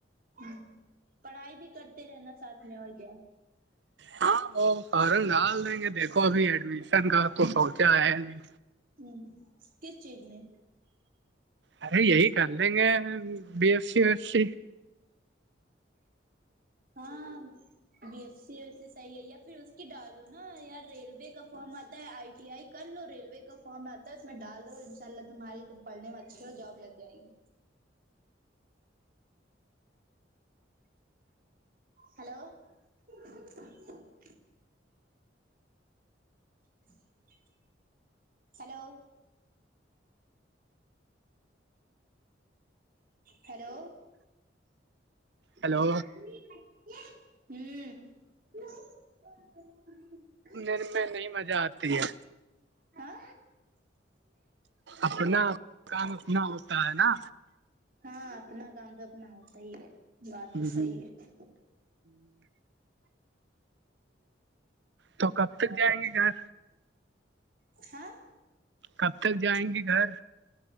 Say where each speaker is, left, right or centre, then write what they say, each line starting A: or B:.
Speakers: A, on the right; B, on the right.
A: ہ پڑھائی بھی کرتے رہنا ساتھ میں اور کیا
B: ہاں وہ فارم ڈال دیں گے دیکھو ابھی ایڈمیشن کا تو سوچا ہے نہیں
A: ہوں کس چیج میں
B: ارے یہی کر لیں گے بی ایف سی و ایف س
A: ہاں بی ایس سی و سی صحیح ہے یا پھر اس کی ڈال دو نا یار ریلوے کا فارم آتا ہے آئی ٹی آئی کر لو ریلوے کا فارم آتا ہے اس میں ڈال دو انشاء اللہ تمہاری تم پڑنے میں اچھی ہو جاب لگ جائے گی ہیلو <unintelligible> ہ ہیلو ہیلو ہوں
B: ہیلو تم دیر پہ نہیں مزہ آتی ہے
A: ہاں
B: اپنا کام اپتنا ہوتا ہے نا
A: ہاں اپنا کام د اپنا ہوتا ہی ہے بات تو
B: ہ
A: صحیح
B: ہوں
A: ہے
B: تو کب تک جائیں گے گھر
A: <inaudible> ہاں
B: کب تک جائیں گی گھر